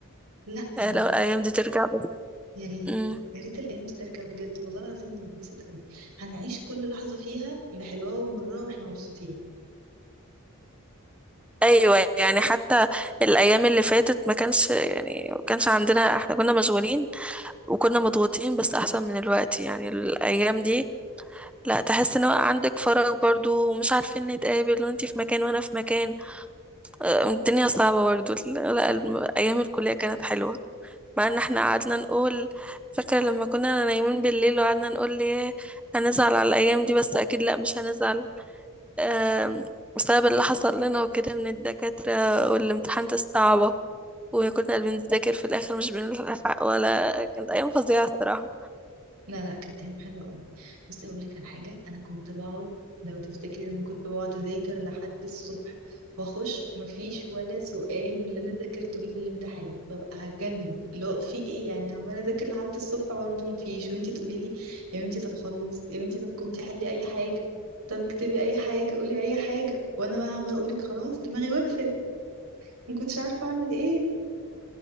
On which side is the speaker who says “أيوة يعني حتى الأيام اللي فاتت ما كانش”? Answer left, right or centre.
Centre